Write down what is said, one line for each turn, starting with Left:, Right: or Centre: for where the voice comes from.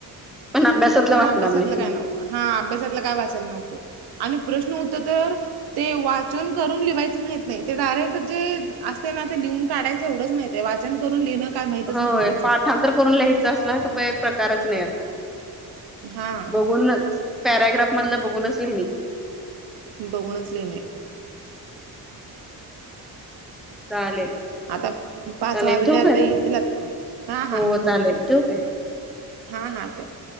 Centre: पण अभ्यासातला
Right: पण
Centre: वाचणार
Right: अभ्यासातलं
Centre: नाही
Right: काय नको हा अभ्यासातलं काय वाचायला नको. आणि प्रश्न उत्तर तर ते वाचन करून लिवायचं माहित नाही ते डायरेक्ट जे असते ना ते लिहून काढायचं, एवढंच माहितेय, वाचन करून लिहिणं काय माहितच
Centre: होय
Right: नाही मुलासनी
Centre: पाठांतर करून लही च्या असलं तर पेय प्रकारच नाही आता,
Right: हा
Centre: बघूनच पॅराग्राफमधलं बघूनच लिहिनी.
Right: बघूनच लिहिणे
Centre: चालेल
Right: आता पाच
Centre: चालेल
Right: वाजले,
Centre: ठेवू काय
Right: आता येतील आत हा
Centre: हो
Right: हा.
Centre: चालेल ठेवू काय
Right: हा हा ठेव.